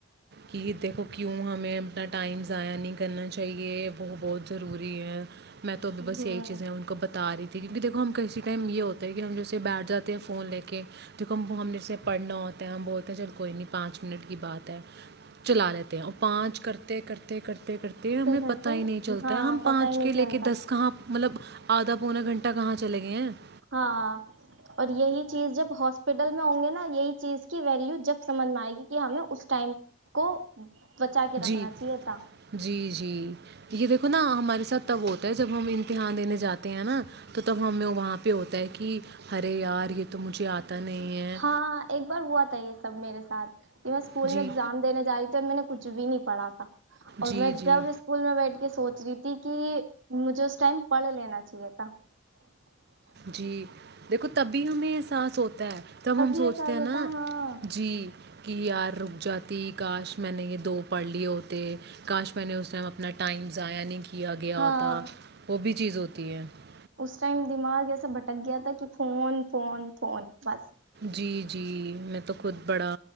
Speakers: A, on the right; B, on the right.
A: کہ دیکھو کیوں ہمیں اپنا ٹائم ضائع نہیں کرنا چاہیے وہ بہت ضروری ہے میں تو بھیھی
B: ہ
A: بس یہی چیزیں ان کو بتا رہی تھی ونک دیکو ہم کیسے <unintelligible> ٹائم یہ ہوتا ہے کہ ہم جیسے بیٹھ جاتے ہیں فون لے کے کیونکہ ہم ہم جسے پڑھنا ہوتا ہے ہم بولتے ہیں چل کوئی نہیں پانچ منٹ کی بات ہے چلا لیتے ہیں اور پانچ کرتے کرتے کرتے کرتے ہمیں
B: کرتے
A: پتا ہی نہیں چلتا
B: ہاں
A: ہے ہم پانچ
B: پتا ہی نہیں
A: کے لے
B: چلتا
A: کے دس کہاں مطلب آدھا پونا گھنٹہ کہاں چلے گئے ہیں <unintelligible>
B: ہاں اور یہی چیز جب ہو <unintelligible> ہاپٹل میں ہوں گے نا یہی چیز کی ویلیو جب سمجھ میں آئے گی کہ ہمیں اس ٹائم کو <unintelligible> کے رکھنا
A: جی
B: چاہیے تھا
A: جی جی یہ دیکھو نا ہمارے ساتھ <unintelligible> تب ہوتا ہے جب ہم امتحان دینے جاتے ہیں نا تو تب ہمیں وہاں پہ ہو <unintelligible> کہ ہرے یار یہ <unintelligible> تو مجھے آتا <unintelligible> ہے۔
B: ہاں ایک بار ہوا تھا یہ سب میرے سے <unintelligible> سات <unintelligible> ج میں اسکول
A: جی،
B: میں ایگزام دینے جا رہی تھی اور میں <unintelligible> کچھ بھی نہیں پڑھا تھا <unintelligible> اور
A: جی،
B: میں
A: جی،
B: جب اسکول میں بیٹھ کے سوچ رہی تھی <unintelligible> کہ مجھے اس ٹائم پڑھ لینا چاہیے تھا <unintelligible>
A: جی دیکھو تبھی ہمیں احساس ہوتا <unintelligible> ہے تب ہم سوچتے
B: یہ احساس
A: ہیں
B: ہوتا
A: نا
B: ہے ہاں
A: جی کہ یار رک جاتی <unintelligible> کاش میں نے یہ دو پڑھ لیے ہوتے کاش میں نے اس ٹائم اپنا ٹائم ضائع نہیں کیا <unintelligible> کیا گیا
B: ہاں
A: ہوتا وہ بھی چیز ہوتی <unintelligible> تی ہے <unintelligible>
B: اس ٹائم دماغ ایسا بھٹک گیا تھا کہ فون فون فون بس <unintelligible>
A: جی جی میں تو خود بڑا